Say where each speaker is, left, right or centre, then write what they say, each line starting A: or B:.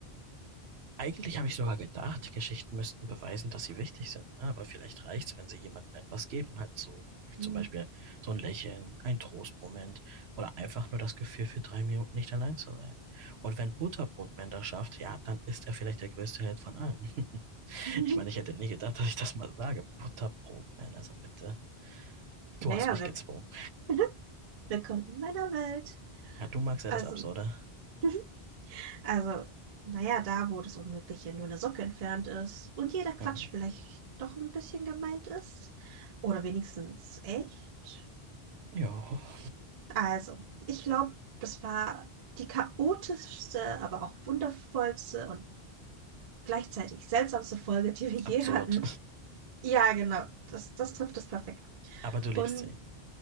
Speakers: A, on the right (about 80°); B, on the right (about 50°).
A: Eigentlich habe ich sogar gedacht, Geschichten müssten beweisen, dass sie wichtig sind. ne? Aber vielleicht reicht's, wenn sie jemandem etwas geben, halt so, wie
B: <laughs>
A: zum Beispiel so ein Lächeln, ein Trostmoment oder einfach nur das Gefühl, für drei Minuten nicht allein zu sein. Und wenn Butterbrotman das schafft, ja, dann ist er vielleicht der größte Held von allen. <laughs>
B: Mhm.
A: Ich meine, ich hätte nie gedacht, dass ich das mal sage. Butterbrotman, also bitte.
B: Naja,
A: Du hast mich
B: wir-
A: gezwungen.
B: <laughs> willkommen in meiner Welt.
A: Ja, du magst
B: Also.
A: ja das Absurde.
B: <laughs> Also, naja, da, wo das Unmögliche nur eine Socke entfernt ist und jeder Quatsch
A: Mhm.
B: vielleicht doch ein bisschen gemeint ist. Oder wenigstens echt.
A: Ja, <laughs>
B: Also, ich glaube, das war die chaotischste, aber auch wundervollste und gleichzeitig seltsamste Folge, die wir je
A: absurd.
B: hatten. Ja, genau, das, das trifft es perfekt.
A: <laughs> Aber du liebst
B: Und
A: sie.